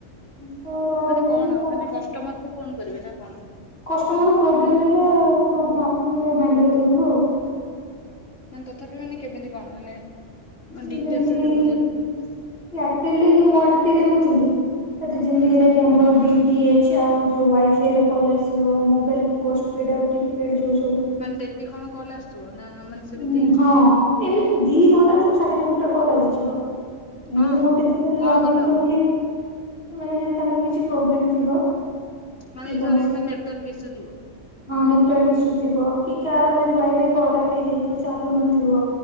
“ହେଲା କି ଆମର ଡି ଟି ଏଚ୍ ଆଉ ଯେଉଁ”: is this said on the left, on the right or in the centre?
Left